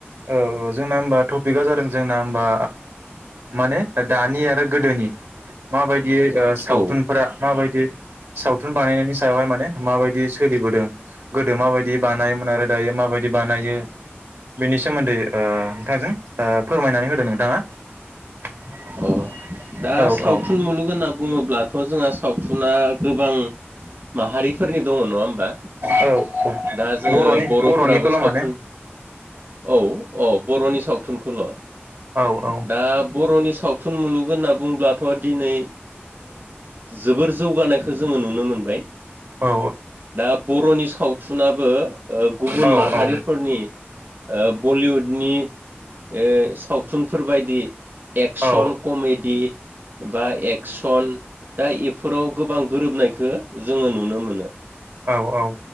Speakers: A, on the right; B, on the right.
A: औ औ जोंना होमबा टपिका जादों जोंना होमबा माने दानि आरो गोदोनि माबायदि ओ सावथुनफोरा
B: औ
A: माबायदि सावथुन बानायनायनि सायावहाय माने माबाय दि सोलिबोदों गोदो माबायदि बानायोमोन आरो दायो माबायदि बानायो। बेनि सोमोन्दै ओ नोंथांजों ओ फोरमायनानै होदो नोंथाङा। <inaudible>
B: अ दा
A: औ
B: सावथुन
A: औ
B: मुलुग होनना बुङोब्लाथ जोंहा सावथुना गोबां माहारिफोरनि दङ नङा होमबा
A: औ औ
B: दा जोङो
A: बर'नि
B: बरफोराबो
A: बर'निखौल'
B: सावथुन
A: माने
B: औ औ बरनि सावथुनखौल
A: औ औ
B: दा बरनि सावथुन मुलुग होनना बुंब्लाथ दिनै जोबोर जौगानायखो जोङो नुनो मोनबाय
A: औ
B: दा बरनि सावथुनाबो ओ गुबुन
A: औ
B: माहारिफोरनि
A: औ
B: ओ बलिउडनि ओ सावथुनफोरबायदि एक्सन
A: औ
B: कमेडि बा एक्सन दा इफोराव गोबां गोरोबनायखौ जोङो नुनो मोनो
A: औ औ